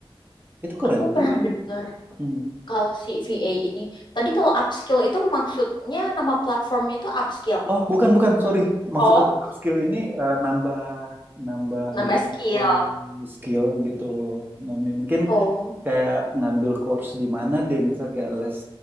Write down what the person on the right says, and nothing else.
Itu keren
tuh.
Hmm.
Oh, bukan, bukan. Sorry. Maksud
aku upskill ini eh, nambah nambah
beberapa
skill gitu loh. Nomi mungkin
kayak ngambil course di mana deh, misal kayak les